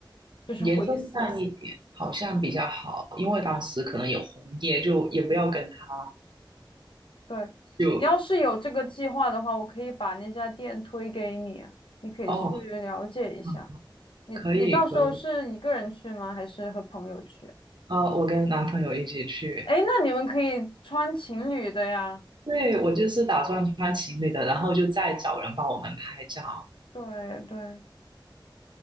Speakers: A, on the left; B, on the right.
A: 就是灰色。
B: 颜色淡一点好像比较好，因为当时可能有红叶，就也不要跟他
A: 嗯对，
B: 就
A: 你要是有这个计划的话，我可以把那家店推给你，你可以去了解一下。
B: 哦，嗯
A: 你你到时候是一个人去吗？
B: 可以可以。
A: 还是和朋友去？
B: 呃，我跟男朋友一起去，
A: 哎，那你们可以穿情侣的呀。
B: 对，我就是打算穿情侣的，然后就再找人帮我们拍照。
A: 对对，